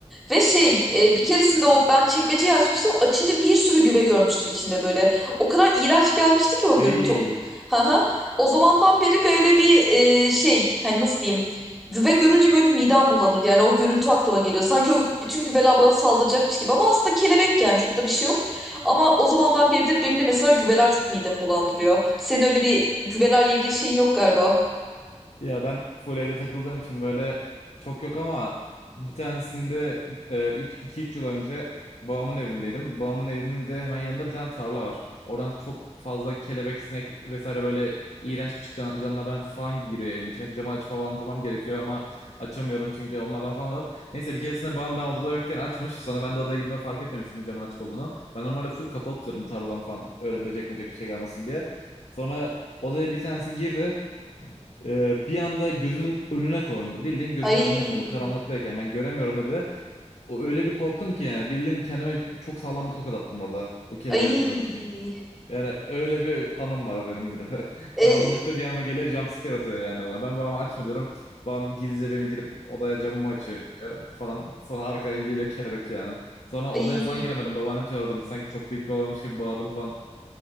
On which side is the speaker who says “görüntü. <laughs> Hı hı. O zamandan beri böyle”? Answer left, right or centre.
Centre